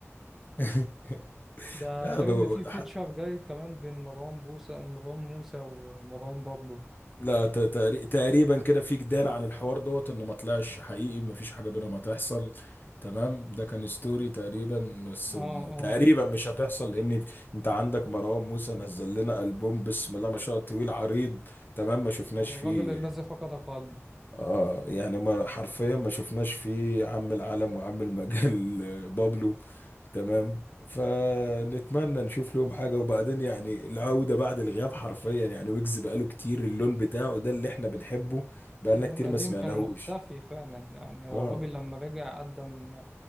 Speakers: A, on the left; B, in the centre.
A: <laughs>
B: ده
A: لا
B: غير
A: بقول
B: ان في فيتشر
A: حد
B: جاي كمان بين مروان بوسى مروان موسى ومروان بابلو
A: لا ت- تقري- تقريبا كده في جدال عن الحوار دوت انه ما طلعش حقيقي ما فيش حاجه بينهم هتحصل تمام ده كان ستوري تقريبا بس
B: اه
A: م-
B: اه
A: تقريبا مش هتحصل لان انت عندك مروان موسى نزل لنا البوم بسم الله ما شاء الله طويل عريض تمام ما شفناش
B: آه،
A: فيه
B: الراجل الذي فقد قلبه
A: اه يعني ما حرفيا ما شفناش فيه عم العالم وعم المجال <laughs> بابلو تمام فنتمنى نشوف لهم حاجة وبعدين يعني العودة بعد الغياب حرفيا يعني ويجز بقاله كتير اللون بتاعه ده اللي احنا بنحبه بقالنا
B: لون
A: كتير
B: قديم
A: ما سمعناهوش
B: كان مختفي فعلا يعني هو
A: اه
B: الراجل لما رجع قدم